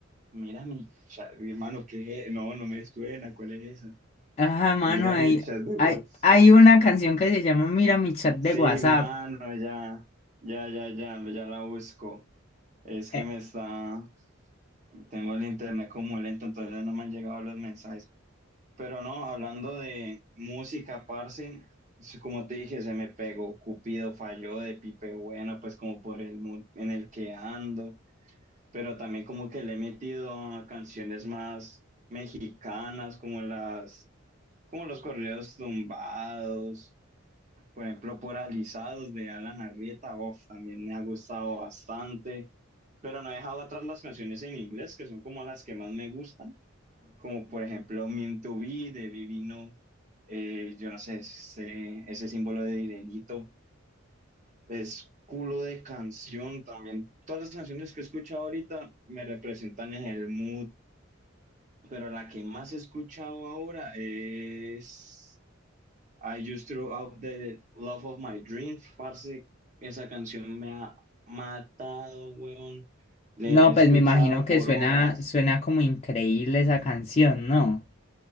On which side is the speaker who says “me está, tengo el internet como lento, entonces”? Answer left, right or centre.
Right